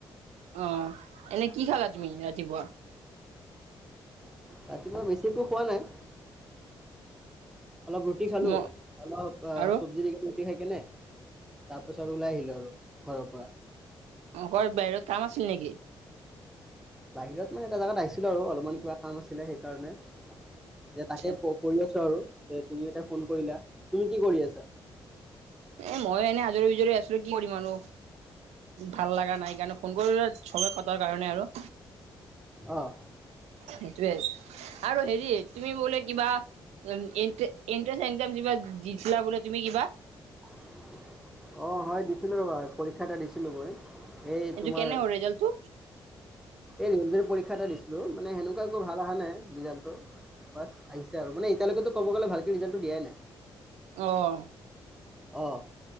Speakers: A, on the right; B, in the centre.
A: অ' এনে কি খালা তুমি ৰাতিপুৱা?
B: ৰাতিপুৱা বেছি একো খোৱা নাই। অলপ ৰুটি খালো,
A: ম
B: অলপ অ
A: আৰু
B: চব্জি <unintelligible> খাই কেনে তাৰ পাছত ওলাই আহিলো আৰু ঘৰৰ পৰা।
A: অ' ক <unintelligible> বাহিৰত কাম আছিল নেকি?
B: বাহিৰত মানে এটা জাগাত আহিছিলো আৰু, অলপমান কিবা কাম আছিলে সেইকাৰণে। যে
A: আচ্ছা
B: তাকে কৰি আছো আৰু। যে তুমি এটা ফোন কৰিলা। তুমি কি কৰি আছা?
A: এ ময়ো এনে আজৰি বিজৰি আছো। কি কৰিম আৰু! ভাল লগা নাই কাৰণে ফ'ন কৰিলো। চবে কথাৰ কাৰণে আৰু।
B: অঁ
A: সেইটোয়ে, আৰু হেৰি তুমি বোলে কিবা এন্ট্ৰেন্ঞ্চ একজাম যিবা দিছিলা বোলে তুমি কিবা?
B: অ' হয় দিছিলো ৰ'বা। পৰীক্ষা এটা দিছিলো মই। এই
A: এইটো
B: তোমাৰ
A: কেনে হ'ল ৰিজাল্টটো?
B: এই ৰিক্ষা এটা দিছিলোঁ, মানে হেনেকোৱা একো ভাল অহা নাই ৰিজাল্ট। বাছ আহিছে আৰু, মানে এতিয়ালৈকেতো ক'ব গ'লে ভালকে ৰিজাল্টটো দিয়াই নাই।
A: অ'।
B: অ'